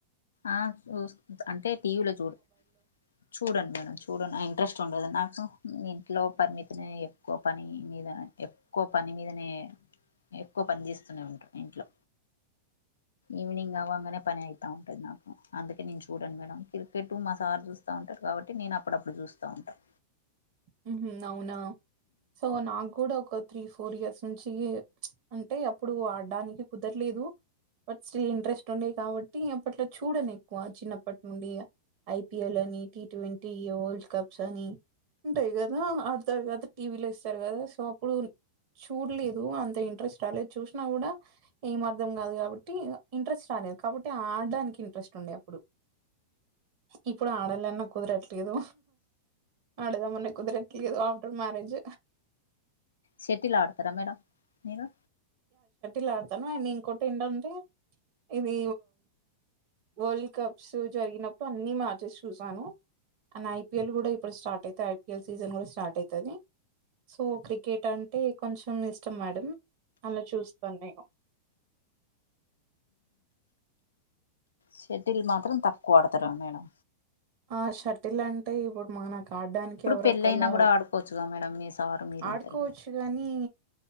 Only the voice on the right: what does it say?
హ్మ్ అవున సో నాకు కూడా ఒక. త్రీ ఫోర్ ఇయర్స్ నుంచి అంటే అప్పుడు ఆడడానికి కుదరలేదు బట్ స్టిల్ ఇంట్రెస్ట్ ఉండే కాబట్టి అప్పట్లో చూడను ఎక్కువ చిన్నప్పటి నుండి ఐపిఎల్ అని టీ ట్వంటీ వరల్డ్ కప్స్ అని. ఉంటాయి కదా ఆడతారు కద టీవీలో ఇస్తారు కదా సో అప్పుడు చూడలేదు అంత ఇంట్రెస్ట్ రాలేదు చూసినా కూడా ఏమ అర్ధం కాదు కాబట్టి ఇంట్రెస్ట్ రాలేదు కాబట్టి ఆడడానికి ఇంట్రెస్ట్ ఉండే అప్పుడు ఇప్పుడు ఆడాల అన్నా కుదరద్ ఏదో. అడుదా మన్న కుదిరకిదు ఆఫ్టర్ మ్యరేజ్
ల్ ఆడతాను అండ్ ఇంకోొటి ఏంటంటే ఇది వరల్డ్ కప్స్ జరిగినప్పుడు అన్ని మ్యాచెస్ చూసాను అండ్ ఐపీఎల్ కూడా ఇప్పుడు స్టార్ట్ అయి తడ్కల్ సీజన్ కూడా స్టార్ట్ అయితాది సో క్రికెట్ అంటే కొంచెం ఇష్టం మేడంమ్ అలా చూస్తాను నేను
ఆ షటిల్ అంటే ఇప్పుడు మనకి. ఆడడానికి
ఎవరోొ
ఒకలా
ఆడుకోవచ్చు కాగానీ